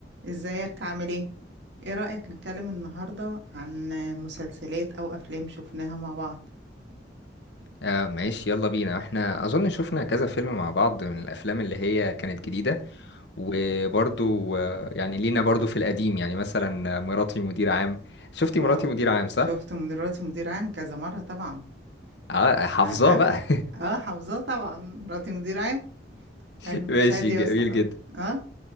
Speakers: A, on the right; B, on the left.
A: ازيك عامل ايه ايه رأيك نتكلم النهاردة عن مسلسلات او افلام شفناها مع بعض
B: آه ماشي يلا بينا احنا اظن شفنا كذا فيلم مع بعض من الافلام اللي هي كانت جديدة وبرضو آه، يعني لينا برضو في القديم يعني مثلا آه، مراتي مدير عام شفتي
A: اه
B: مراتي مدير عام صح؟
A: شفت من مراتي مدير عام كذا مرة طبعا
B: اه
A: احنا
B: حافظاه
A: ده
B: بقى
A: اه حافظاه طبعا مراتي مدير عام حلو
B: <laughs> ماشي
A: شادية
B: جميل
A: مثلا
B: جدا
A: اه